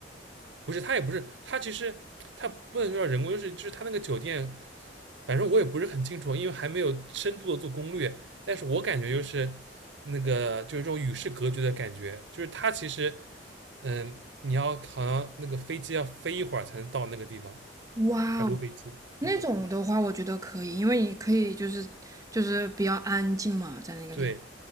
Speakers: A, on the right; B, on the right.
A: 不是，他也不是，他其实他不能叫人工，就是就是他那个酒店，反正我也不是很清楚，因为还没有深度的做攻略。但是我感觉就是那个就是这种与世隔绝的感觉，就是他其实嗯、呃你要好像那个飞机要飞一会儿才能到那个地方，
B: 哇哦，
A: 海陆飞机，
B: 那种的话，
A: 嗯，
B: 我觉得可以，因为你可以就是就是比较安静嘛，在那个地方。
A: 对。